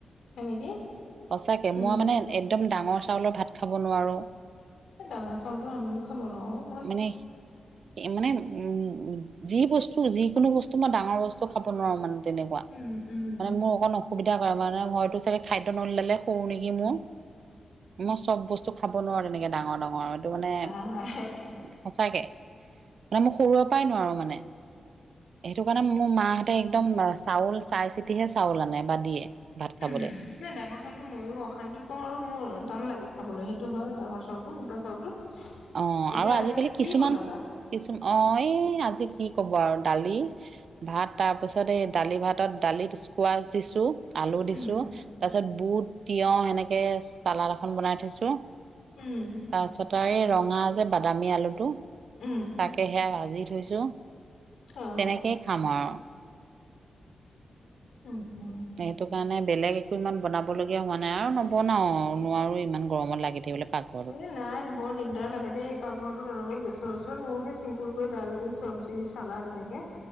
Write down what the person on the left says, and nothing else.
হয় নেকি?
উম
এই ডাঙৰ চাউলটো আমিও খাব নোৱাৰোও।
উম উম
<unintelligible> হয়
উম' নাই ডাঙৰ চাউলটো মইয়ো অশান্তি পাওঁ আৰু মোৰ টান লাগে খাবলৈ, সেইটো হয় ডাঙৰ চাউলটো, মোটা চাউলটো।
এতিয়া
আজি কি
বনালা?
উম
উম'
উম'
অ
উম' উম'
এ নাই বৰ দিগদাৰ লাগে দেই এই পাকঘৰটোত অনবৰত গেছৰ ওচৰত মোৰো হে চিম্পুলকৈ দালি, চব্জি, চালাদ এনেকে।